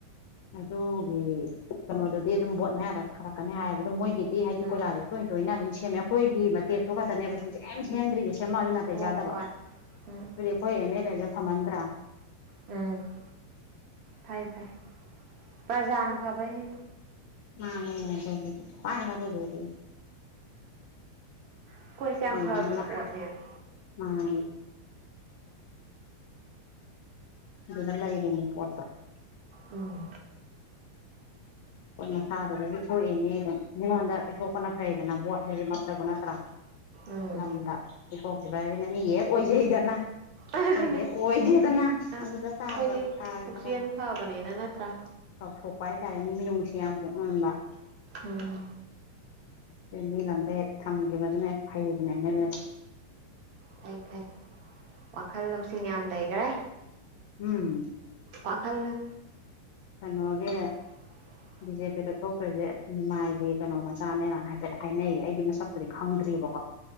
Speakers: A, on the left (about 50°); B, on the right (about 40°).
A: ꯑꯗꯨꯒꯤ ꯀꯩꯅꯣꯗꯨꯗꯤ ꯑꯗꯨꯝ ꯕꯣꯠ ꯃꯌꯥꯗ ꯊꯥꯔꯛꯀꯅꯤ ꯍꯥꯏꯕꯗ ꯃꯣꯏꯒꯤ ꯍꯥꯏꯗꯤ
B: ꯎꯝ
A: ꯀꯣꯏꯂꯥꯁꯗ ꯇꯣꯏ ꯇꯣꯏꯅ ꯑꯗꯨꯝ ꯁꯦꯝꯃꯦ ꯑꯩꯈꯣꯏꯒꯤ ꯃꯇꯦꯞꯛꯇꯣ ꯈꯛꯇꯅꯦꯕ ꯁꯨꯡꯁꯦ ꯑꯦꯝ ꯁꯦꯝꯗ꯭ꯒꯁꯦ ꯁꯦꯝꯃꯁꯨ ꯅꯥꯇꯩ
B: ꯍꯣꯏ
A: ꯆꯥꯗꯕ
B: ꯍꯣꯏ ꯎꯝ
A: ꯑꯗꯨꯗꯤ ꯑꯩꯈꯣꯏ ꯑꯦꯝ ꯑꯦꯜ ꯑꯦꯗꯦ ꯐꯝꯃꯟꯗ꯭ꯔꯥ
B: ꯎꯝ ꯐꯩ ꯐꯩ ꯔꯖꯥꯅ ꯐꯕꯅꯦ
A: ꯅ ꯃꯖ ꯀ ꯃꯔꯔꯗꯗꯤ
B: ꯑꯩꯈꯣꯏꯁꯦ ꯌꯥꯝ
A: ꯑꯅ
B: ꯐꯈ꯭ꯔ ꯄꯣꯠꯅꯦꯕ
A: ꯑ ꯑꯗꯨꯗꯂ ꯏꯗꯅꯦ ꯐꯣꯇ
B: ꯎꯝ
A: ꯍꯣꯏ ꯃꯁꯥꯗꯨꯗꯒꯤ ꯊꯣꯛꯏꯅꯦ ꯑꯗꯨ ꯃꯤꯉꯣꯟꯗ ꯄꯤꯊꯣꯛꯄꯅ ꯐꯩꯗꯅ ꯕꯣꯠ ꯍꯥꯏꯗꯤꯃꯛꯇꯕ ꯅꯠꯇ꯭ꯔꯥ
B: ꯎꯝ
A: ꯂꯝꯗ ꯀꯣꯛꯈꯤꯕ ꯑꯗꯨꯅ ꯃꯤ ꯍꯦꯛ ꯑꯣꯏꯖꯩꯗꯅ
B: ꯑꯗꯨꯅꯤ
A: ꯍꯣꯏꯒꯦ ꯍꯣꯏꯗꯤꯗꯅ
B: ꯑꯩꯈꯣꯏꯗꯤ
A: ꯑꯗꯨꯗ ꯇꯥꯗꯕ ꯇꯥꯔ
B: ꯄꯨꯛꯆꯦꯜ
A: ꯍꯣꯏ
B: ꯐꯕꯅꯤꯅ ꯅꯠꯇ꯭ꯔꯥ
A: ꯆꯥꯎꯊꯣꯛꯄ ꯍꯥꯏꯇꯥꯔꯦ ꯌꯥꯝ ꯄꯗ
B: ꯎꯝ
A: ꯃꯤ ꯂꯝꯗ ꯍꯦꯛ ꯊꯝꯈꯤꯕꯗꯨꯅꯦ ꯐꯩꯗꯅꯦꯅꯦ ꯂꯩ
B: ꯐꯩ ꯐꯩ ꯋꯥꯈꯜ ꯂꯧꯁꯤꯡ ꯌꯥꯝ ꯂꯩꯈ꯭ꯔꯦ
A: ꯎꯝ
B: ꯋꯥꯈꯜꯅ
A: ꯀꯩꯅꯣꯒꯦ
B: ꯑꯣ
A: ꯕꯤ ꯖꯦ ꯄꯤꯗ ꯊꯣꯛꯇ꯭ꯔꯤꯁꯦ ꯃꯤꯃꯥꯏꯗꯤ ꯀꯩꯅꯣ ꯃꯆꯥꯅꯦ ꯀꯥꯏꯅ ꯍꯥꯏꯐꯦꯠ ꯍꯥꯏꯅꯩꯌꯦ ꯑꯩꯗꯤ ꯃꯁꯛꯄꯨꯗꯤ ꯈꯪꯗ꯭ꯔꯤꯕꯣ